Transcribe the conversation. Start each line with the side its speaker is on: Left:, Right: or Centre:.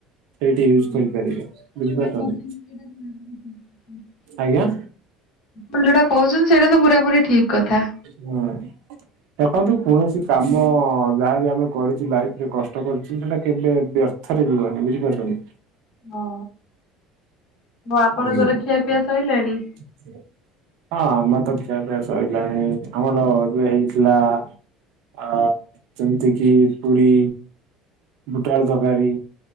Right: ସେଇଠି ୟୁଜ୍
Left: ଓଁ
Right: କରିପାରିବେ
Left: ହୋ ଆପଣ ତ
Right: ବୁଝିପାରୁଛନ୍ତି
Left: ଯୋଉଟା କହୁଛନ୍ତି ସେଇଟା ପୁରା ପୁରି ଠିକ୍ କଥା।
Right: ଆଜ୍ଞା।
Left: ଆପଣ ଯୋଉଟା କହୁଛନ୍ତି ସେଇଟା ତ ପୁରା ପୁରି ଠିକ କଥା।
Right: ହୁଁ ଦେଖନ୍ତୁ କୌଣସି କାମ ଯାହା ବିି ଆମେ କରିଛୁ ଲାଇଫରେ କଷ୍ଟ କରୁଚୁ ସେଟା କେବେ ବ୍ୟର୍ଥରେ ଯିବନି ବୁଝିପାରୁଛନ୍ତି।
Left: ହଁ ବ ଆପଣଙ୍କର
Right: ହୁଁ।
Left: ଖିଆପିଆ ସଇଲାଣି?
Right: <inaudible> ହଁ ଆମେ ତ ଖିଆ ସଇଲାଣି ଆମର ଏବେ ହେଇଥିଲା ଆ ଯେମିତି କିି ପୁରୀ ବୁଟଆଳୁ ତରକାରୀ